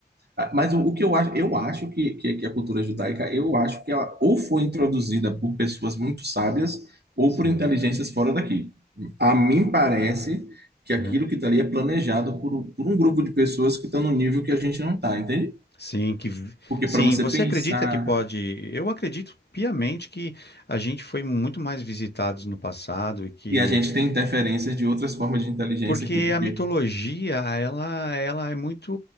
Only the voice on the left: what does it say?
sim,
aham.
Sim, que vi-
sim.
Você
acredita que pode? Eu acredito piamente que a gente foi muito mais visitados no passado e que
Porque
a mitologia, ela, ela é muito,